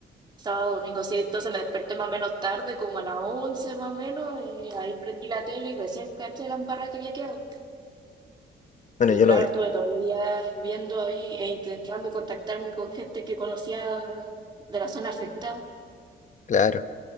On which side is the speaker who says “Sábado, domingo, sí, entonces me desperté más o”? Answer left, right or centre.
Right